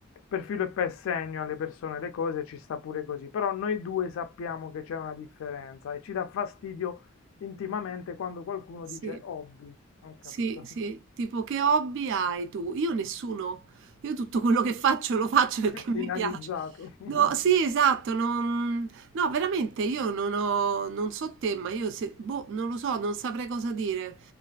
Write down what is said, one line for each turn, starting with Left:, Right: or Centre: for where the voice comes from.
Left: per filo e per segno alle persone le cose, ci sta pure così. Però noi due sappiamo che c'è una differenza e ci dà fastidio intimamente quando qualcuno
Right: Sì,
Left: dice hobby. Non capito.
Right: sì, sì. Tipo: "Che hobby hai tu?" Io nessuno. Io tutto quello che faccio lo faccio perché
Left: <laughs>
Right: mi
Left: Finalizzato.
Right: piace.
Left: <laughs>
Right: No, sì, esatto, non no, veramente io non ho non so te, ma io se boh, non lo so, non saprei cosa dire.